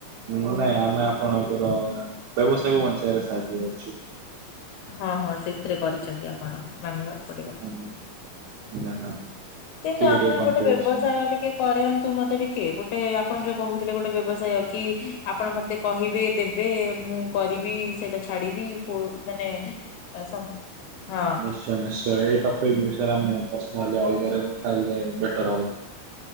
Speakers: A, on the right (about 75°); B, on the left (about 70°).
A: ନାଇଁ ଆମେ ଆପଣଙ୍କର ବ୍ୟବସାୟକୁ ବଞ୍ଚାଇବାରେ ସାହାଯ୍ୟ କରୁଛୁ।
B: ହଁ ହଁ ସେଥିରେ କରିଛନ୍ତି ଆପଣ ମାନିବାକୁ ପଡିବ।
A: <unintelligible>
B: କିନ୍ତୁ
A: ଟିକେ
B: ଆପଣ
A: ଟିକେ କଣ୍ଟ୍ରିବ୍ୟୁସନ।
B: ଗୋଟେ ବ୍ୟବସାୟ ଟିକେ କରନ୍ତୁ ମତେ ଟିକେ ଗୋଟେ ଆପଣ ଯୋଉ କହୁଥିଲେ ଗୋଟେ ବ୍ୟବସାୟ। କି ଆପଣ ମତେ କହିବେ ଦେବେ ମୁଁ କରିବି ସେଇଟା ଛାଡ଼ିବି ପୋ ମାନେ ସ ହଁ।
A: ନିଶ୍ଚୟ ନିଶ୍ଚୟ ଏ ଟ ପିକ ବିଷୟରେ ଆମେ ପରସନାଲି ଆଉ ଥରେ କଥା ହେଲେ ବେଟର ହବ।